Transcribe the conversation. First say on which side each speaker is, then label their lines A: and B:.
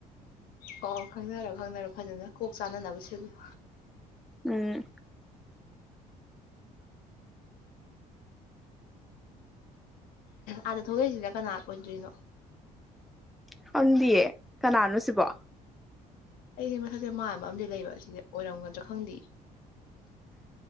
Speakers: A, on the left; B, in the centre.
A: ꯑꯣ ꯈꯪꯅꯔꯣ ꯈꯪꯅꯔꯣ ꯐꯖꯅ ꯀꯣꯛ ꯆꯥꯅꯅꯕꯁꯨ ꯑꯗꯨꯝ
B: ꯎꯝ
A: ꯑꯥꯗ ꯊꯣꯛꯂꯛꯏꯁꯤꯅ ꯀꯅꯥ ꯑꯣꯏꯗꯣꯏꯅꯣ
B: ꯈꯪꯗꯤꯌꯦ ꯀꯅꯥꯅꯣ ꯁꯤꯕꯣ
A: ꯑꯩꯁꯦ ꯃꯁꯛꯁꯦ ꯃꯥꯟꯕ ꯑꯃꯗꯤ ꯂꯩꯕ ꯁꯤꯁꯦ ꯑꯣꯏꯔꯝꯒꯗ꯭ꯔꯥ ꯈꯪꯗꯦ